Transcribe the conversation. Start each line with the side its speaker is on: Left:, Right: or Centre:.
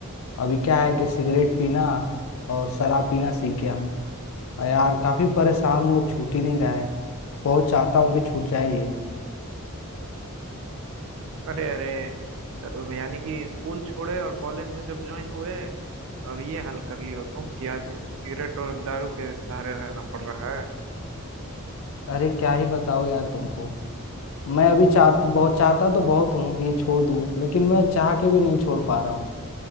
Left: अभी क्या है कि सिगरेट पीना और शराब पीना सीख गया हूँ और यार काफी परेशान हूँ अब छूट ही नहीं रहा है बहुत चाहता हूँ कि छूट जाए ये
Right: अरे अरे अ, यानी कि स्कूल छोड़े और कॉलेज में जब ज्वाइन हुए अब ये हाल कर लियो तुम कि आज सिगरेट और दारू के सहारे रहना पड़ रहा है
Left: अरे क्या ही बताओ यार तुमको मैं अभी चाह बहुत चाहता तो बहुत हूँ कि ये छोड़ दूँ लेकिन मैं चाह के भी नहीं छोड़ पा रहा हूँ